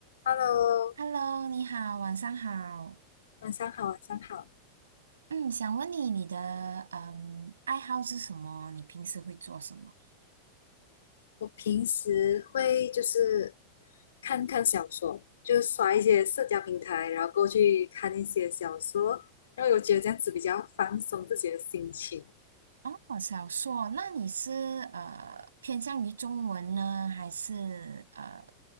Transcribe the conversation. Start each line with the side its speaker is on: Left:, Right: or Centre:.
Left: Hello，
Right: Hello，你好，晚上好。
Left: 晚上好，晚上好。
Right: 嗯，想问你，你的嗯爱好是什么？你平时会做什么？
Left: 我平时会就是看看小说，就刷一些社交平台，然后过去看一些小说，然后我觉得这样子比较放松自己的心情。
Right: 哦，小说，那你是呃偏向于中文呢，还是呃